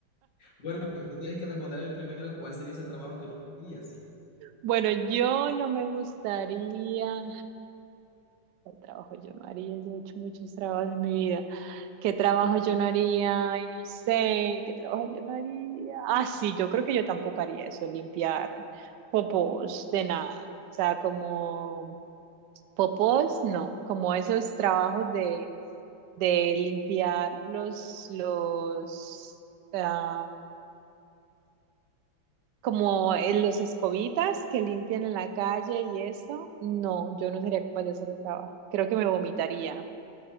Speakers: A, on the left; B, on the right.
A: Bueno, que tú tienes que responderme primero cuál sería ese trabajo que no harías.
B: Bueno, yo no me gustaría. ¿Cuál trabajo yo no haría? Yo he hecho muchos trabajos en mi vida. ¿Qué trabajo yo no haría? Ay, no sé, ¿qué trabajo yo no haría? Ah, sí, yo creo que yo tampoco haría eso, limpiar popós de nada. O sea, como popós, no, como esos trabajos de, de limpiar los, los, ah, como en los escobitas que limpian en la calle y eso. No, yo no sería capaz de hacer el trabajo. Creo que me vomitaría